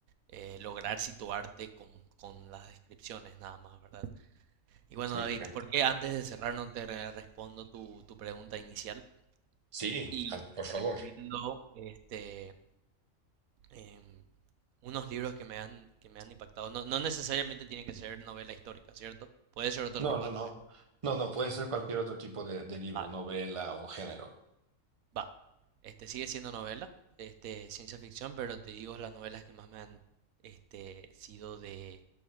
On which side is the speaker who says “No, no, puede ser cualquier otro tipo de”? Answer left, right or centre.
Right